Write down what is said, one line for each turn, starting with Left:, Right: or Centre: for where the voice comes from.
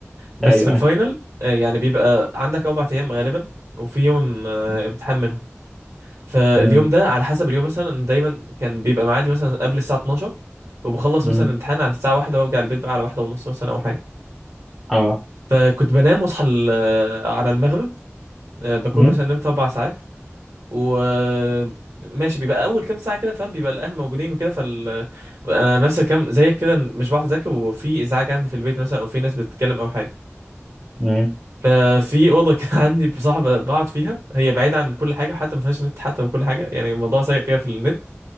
Right: بس
Centre: ايوه
Right: في الفاينل
Centre: ايوه
Right: آه، يعني بيبقى عندك أربع أيام غالبا وفي يوم آه،
Centre: م.
Right: امتحان منهم فاليوم
Centre: م.
Right: ده على حسب اليوم مثلا دايما كان بيبقى معادي مثلا قبل الساعة 12 وبخلص
Centre: م.
Right: مثلا الامتحان على الساعة واحدة وارجع البيت بقى على واحدة ونص مثلا أو حاجة
Centre: اه
Right: فكنت بنام واصحى ال- آه، على المغرب آه، بكون
Centre: م.
Right: مثلا نمت أربع ساعات و آه، ماشي بيبقى أول كام ساعة كده فاهم بيبقى الأهل موجودين وكده فال آه، أنا نفس الكلام زيك كده مش بعرف أذاكر وفي إزعاج عندي في البيت مثلا أو في ناس بتتكلم أو حاجة
Centre: م.
Right: ففي اوضه كان <laughs> عندي بصاحبه بقعد فيها هي بعيده عن كل حاجه حتى ما فيهاش نت حتى وكل حاجه يعني الموضوع سيء فيها في النت